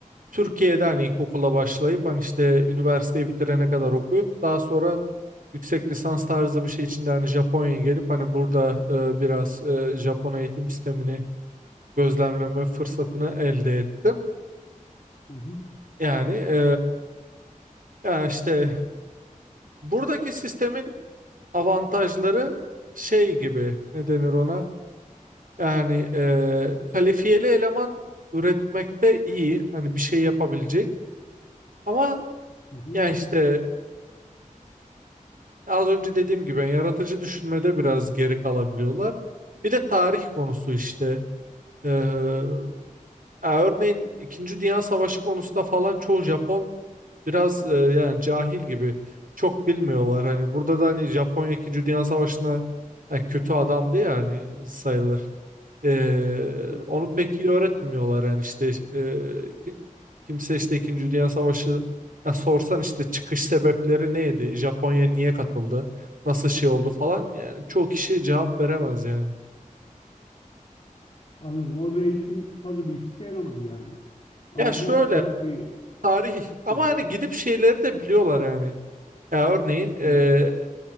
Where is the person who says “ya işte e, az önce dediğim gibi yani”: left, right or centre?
Right